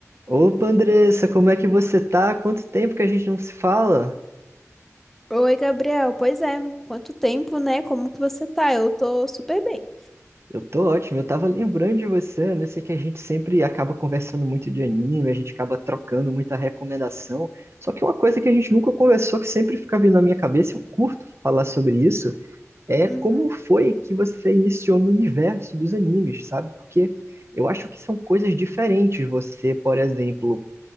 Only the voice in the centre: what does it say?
Oi, Gabriel. Pois é, quanto tempo, né? Como que você tá? Eu tô super bem.
Uhum,